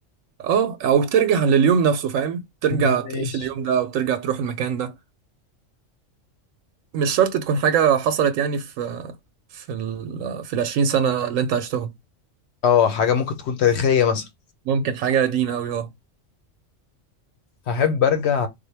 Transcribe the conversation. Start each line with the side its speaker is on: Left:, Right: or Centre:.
Right: اه او ترجع لليوم نفسه فاهم ترجع
Left: ماشي
Right: تعيش اليوم ده او ترجع تروح المكان ده مش شرط تكون حاجة حصلت يعني في في ال في العشرين سنة اللي انت عشتهم
Left: اه حاجة ممكن تكون تاريخية مثلا
Right: ممكن حاجة قديمة أوي اه
Left: هحب ارجع